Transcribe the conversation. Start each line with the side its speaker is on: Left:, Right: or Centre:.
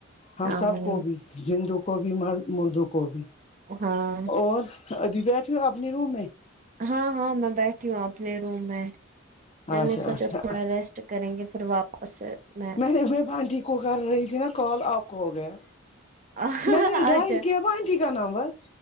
Left: ہم
Right: آمین
Left: سب کو بھی جندو کو بھی مردو کو بھی
Right: ہاں
Left: اور ابھی بیٹھھی ہوں اپنے روم میں
Right: ہاں ہاں میں بیٹھی ہوں اپنے روم میں میں
Left: اچھا
Right: نے سوچا
Left: اچھا
Right: تھوڑا ریسٹ کریں گے پھر واپس میں
Left: میں بانٹی کو کر رہی تھی نا کال آپ کو ہو گیا
Right: اچھا
Left: میں نے ڈائل کیا بانٹی کا نامبر